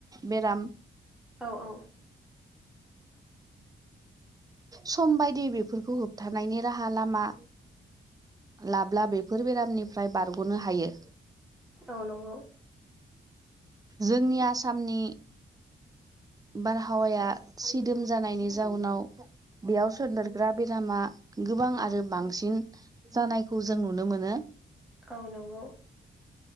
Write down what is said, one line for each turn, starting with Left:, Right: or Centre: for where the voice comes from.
Right: बेराम।
Centre: औ औ।
Right: सम बायदि बेफोरखौ होबथानायनि राहा लामा लाब्ला बेफोर बेरामनिफ्राय बारग'नो हायो।
Centre: औ नंगौ।
Right: जोंनि आसामनि बारहावाया सिदोम जानायनि जाउनाव बेयाव सोदेरग्रा बेरामा गोबां आरो बांसिन जानायखौ जों नुनो मोनो
Centre: औ नंगौ